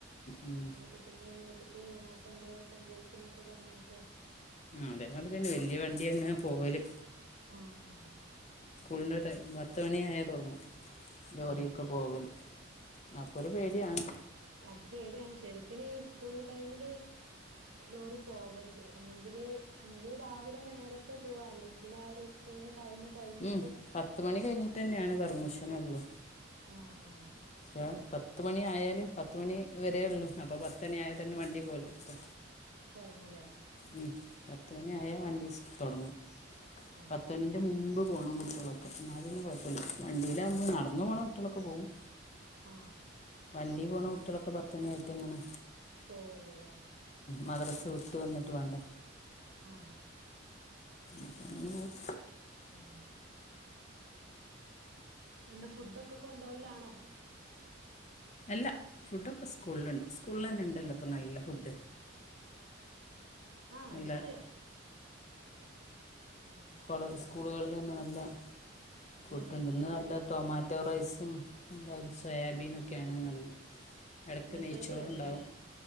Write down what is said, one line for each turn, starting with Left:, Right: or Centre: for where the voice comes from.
Left: ഉം.
Right: ഒരു കുട്ടിന്റെ മ്മെ ത് വീണാട്ടെ എന്തോ സംഭച്ചു എന്നൊക്കെ പറഞ്ഞാട്ടെ
Left: അതേമാതിരിതന്നെവല്യ വണ്ടി അങ്ങനെ പോവല്
Right: ആ ആ
Left: <unintelligible> പത്ത് മണിയ ആയാൽ തുടങ്ങ് ലോറിയൊക്കെ
Right: ആഹ്
Left: പോവല് അപ്പൊ ഒരു പേടിയാണ്
Right: അപ്പൊ പേടിയാണ് ശരിക്കന്ഈ സ്കൂള് ടൈമില് ലോറി പോകവരുത് ഒന്നെങ്കിൽ ഒന്നെങ്കിൽ രാവിലെ നേരത്തെ പോവാ അല്ലെങ്കിൽ ആ ഒരു സ്കൂളിന്റെ ടൈമ് കഴിഞ്ഞിട്ട്
Left: ഉം പത്ത് മണി കഴിഞ്ഞിട്ട് തന്നെയാണ് പെർമിഷൻഉള്ളൂ
Right: ആ ആ
Left: പക്ഷേ പത്ത് മണി ആയാല് പത്ത് മണി വര ഉള്ളു അപ്പൊ പത്ത് മണി ആയാൽ തന്നെ വണ്ടി പോലെഎടുത്തു
Right: തുടങ്ങുംല്ലേ
Left: മ് പത്ത് മണി ആായ വണ്ടി് തുടങ്ങും
Right: ആഹ്
Left: പത്തണിന്റെ മുമ്പ് പോണം കുട്ടികളൊക്കെ എന്നാ പിന്നെ കുഴപ്പമില്ല വണ്ടിയിലാവകുമ്പോ നടന്ന് പോണ കുട്ടികളൊക്കെ പോവും
Right: ആ
Left: വണ്ടി പോണ കുട്ടികളൊക്കെ പത്ത് മണിയായിട്ട് ഇങ്ങനെ
Right: പോവുള്ളൂല്ലേ
Left: മദ്രസവിട്ട് വന്നിട്ട് വേണ്ട
Right: ആ
Left: അപ്പം അങ്ങനെ പോകും
Right: ഉം എന്താ ഫുഡൊക്കെ കൊണ്ടുപോവലാണോ
Left: അല്ല ഫുഡൊക്കെ സ്കൂളിലുണ്ട് സ്കൂളിൽന്നെ ഉണ്ടല്ലോ
Right: ആഹ്
Left: ഇപ്പോ നല്ല ഫുഡ്
Right: ആ അത്
Left: നല്ല
Right: ശരിയാ ഉം
Left: കൊളസ് സ്കൂളുകളിൽ തന്നെ നല്ല ഫുഡ്
Right: ഏഹ്
Left: ഇന്ന്
Right: സ്കൂളിലിപ്പോ
Left: നല്ല ടൊമാറ്റോ റൈസ് ഇപ്പ എന്ത സോയാബീനൊക്കെയാണ്എന്ന് എടയ്ക്ക്
Right: മെസ്സേജ്
Left: നെയ്ച്ചോറ്
Right: വരൂല്ലേ
Left: ഉണ്ടാവും.